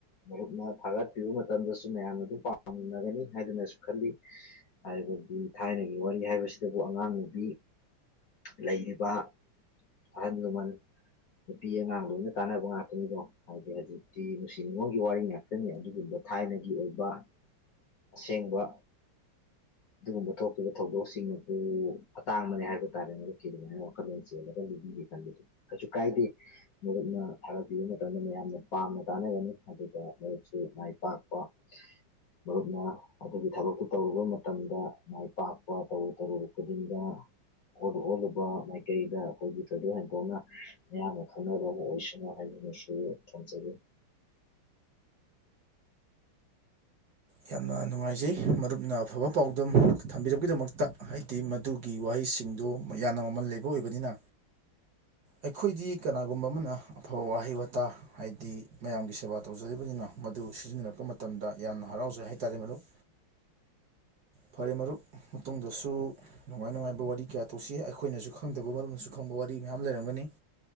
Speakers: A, on the left (about 50°); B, on the right (about 55°).
A: ꯃꯔꯨꯞꯅ ꯊꯥꯒꯠꯄꯤꯕ ꯃꯇꯝꯗꯁꯨ ꯃꯌꯥꯝꯅ ꯑꯗꯨꯝ ꯄꯥꯝꯅꯒꯅꯤ ꯍꯥꯏꯗꯨꯅꯁꯨ ꯈꯜꯂꯤ ꯍꯥꯏꯕꯗꯤ ꯊꯥꯏꯅꯒꯤ ꯋꯥꯔꯤ ꯍꯥꯏꯕꯁꯤꯗꯕꯨ ꯑꯉꯥꯡ ꯅꯨꯨꯕꯤ ꯂꯩꯔꯤꯕ ꯑꯍꯜ ꯂꯃꯟ ꯅꯨꯄꯤ ꯑꯉꯥꯡ ꯂꯣꯏꯅ ꯇꯥꯟꯅꯕ ꯉꯥꯛꯇꯅꯤꯗꯣ ꯍꯥꯏꯗꯤ ꯍꯧꯖꯤꯛ ꯁꯤ ꯅꯨꯡꯁꯤ ꯅꯤꯉꯣꯟꯜꯒꯤ ꯋꯥꯔꯤ ꯉꯥꯛꯇꯅꯤ ꯑꯗꯨꯒꯨꯝꯕ ꯊꯥꯏꯅꯒꯤ ꯑꯣꯏꯕ ꯑꯁꯦꯡꯕ ꯑꯗꯨꯒꯨꯝꯕ ꯊꯣꯛꯈꯤꯕ ꯊꯧꯗꯣꯛꯁꯤꯡ ꯑꯗꯨ ꯑꯇꯥꯡꯕꯅꯦ ꯍꯥꯏꯕ ꯇꯥꯔꯦ ꯃꯔꯨꯞꯀꯤ ꯑꯗꯨꯃꯥꯏꯅ ꯋꯥꯈꯜꯂꯣꯟ ꯆꯦꯜꯂ <unintelligible> ꯀꯩꯁꯨ ꯀꯥꯏꯗꯦ ꯃꯨꯞꯅ ꯊꯥꯒꯠꯄꯤꯕ ꯃꯇꯝꯗ ꯃꯌꯥꯝꯅ ꯄꯥꯝꯅ ꯇꯥꯅꯒꯅꯤ ꯑꯗꯨꯒ ꯃꯔꯨꯞꯁꯨ ꯃꯥꯏ ꯄꯥꯛꯄ ꯃꯔꯨꯞꯅ ꯑꯗꯨꯒꯤ ꯊꯕꯛꯇꯨ ꯇꯧꯔꯨꯕ ꯃꯇꯝꯗ ꯃꯥꯏ ꯄꯥꯛꯄ ꯇꯧꯔꯨ ꯇꯔꯨ ꯈꯨꯗꯤꯡꯗ ꯑꯣꯜꯂꯨ ꯑꯣꯜꯂꯨꯕ ꯃꯥꯏꯀꯩꯗ ꯑꯩꯈꯣꯏꯒꯤ ꯊꯣꯏꯗꯣꯛ ꯍꯦꯟꯗꯣꯛꯅ ꯃꯌꯥꯝꯅ ꯈꯪꯅꯕ ꯑꯃ ꯑꯣꯏꯁꯅꯨ ꯍꯥꯏꯩꯅꯁꯨ ꯊꯝꯖꯒꯦ
B: ꯌꯥꯝꯅ ꯅꯨꯡꯉꯥꯏꯖꯩ ꯃꯔꯨꯞꯅ ꯑꯐꯕ ꯄꯥꯎꯗꯝ ꯊꯝꯕꯤꯔꯄꯒꯤꯗꯃꯛꯇ ꯍꯥꯏꯗꯤ ꯑꯗꯨꯒꯤ ꯋꯥꯍꯩꯁꯤꯡꯗꯨ ꯌꯥꯝꯅ ꯃꯃꯜ ꯂꯩꯕ ꯑꯣꯏꯕꯅꯤꯅ ꯑꯩꯈꯣꯏꯗꯤ ꯀꯅꯥꯒꯨꯝꯕ ꯑꯃꯅ ꯑꯐꯕ ꯋꯥꯍꯩ ꯋꯥꯇꯥ ꯍꯥꯏꯗꯤ ꯃꯌꯥꯝꯒꯤ ꯁꯦꯕꯥ ꯇꯧꯖꯔꯤꯕꯅꯤꯅ ꯃꯗꯨ ꯁꯤꯖꯤꯟꯅꯔꯛꯄ ꯃꯇꯝꯗ ꯌꯥꯝꯅ ꯍꯔꯥꯎꯖꯩ ꯍꯥꯏꯇꯥꯔꯦ ꯃꯔꯨꯞ ꯐꯔꯦ ꯃꯔꯨꯞ ꯃꯇꯨꯡꯗꯁꯨ ꯅꯨꯡꯉꯥꯏ ꯅꯨꯡꯉꯥꯏꯕ ꯋꯥꯔꯤ ꯀꯌꯥ ꯇꯧꯁꯤ ꯑꯩꯈꯣꯏꯅꯁꯨ ꯈꯪꯗꯕ ꯃꯔꯨꯞꯅꯁꯨ ꯈꯪꯕ ꯋꯥꯔꯤ ꯃꯌꯥꯝ ꯂꯩꯔꯝꯒꯅꯤ